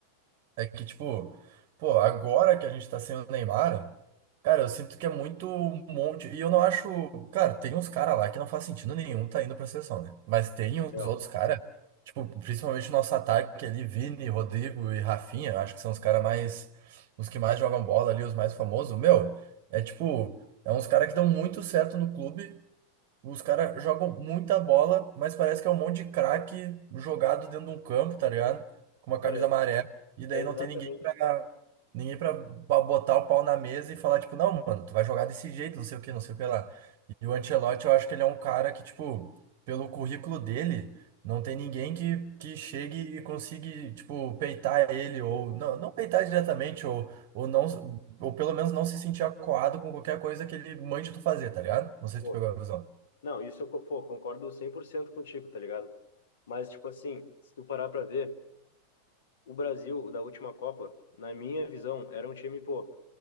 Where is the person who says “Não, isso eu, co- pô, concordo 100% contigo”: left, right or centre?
Left